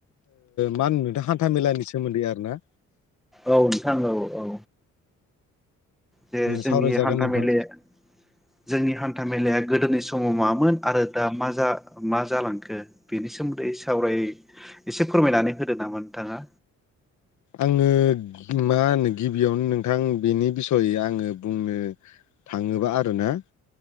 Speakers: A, on the left (about 70°); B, in the centre.
A: मा होनो नोंथां हान्था मेलानि सोमोन्दै आरोना।
B: औ नोंथां औ औ। जे जोंनि
A: सावरायजागोन
B: हान्था
A: नोंथां
B: मेलाया जोंनि हान्था मेलाया गोदोनि समाव मामोन आरो दा मा मा जालांखो बेनि सोमोन्दै सावराय। एसे फोरमायनानै होदो नामा नोंथाङा।
A: आङो मा होनो गिबियावनो नोंथां बेनि बिसय आङो बुंनो थाङोबा आरोना।